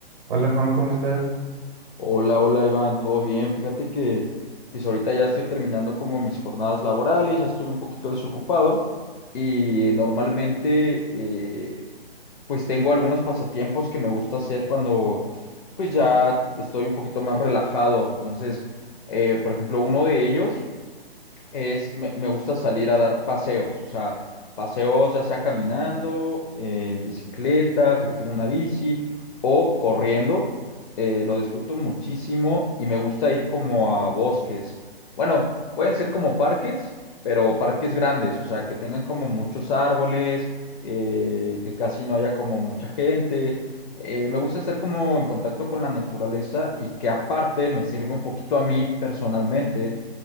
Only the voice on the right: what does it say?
Hola Juan, ¿cómo estás?